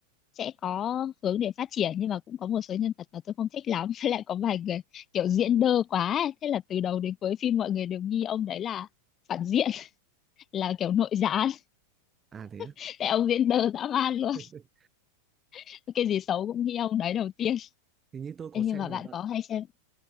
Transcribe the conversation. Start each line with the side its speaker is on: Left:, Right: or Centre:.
Left: sẽ có hướng để phát triển nhưng mà cũng có một số nhân vật mà tôi không thích lắm <laughs> với lại có vài người kiểu diễn đơ quá ấy. Thế là từ đầu đến cuối phim mọi người đều nghi ông đấy là phản diện <laughs> là kiểu nội gián
Right: à thế á
Left: <laughs> tại ông diễn đơ dã man luôn
Right: <laughs>
Left: <laughs> cái gì xấu cũng nghi ông đấy đầu tiên
Right: thì như
Left: <laughs>
Right: tôi có
Left: Thế
Right: xem
Left: nhưng mà
Right: rồi
Left: bạn có hay xem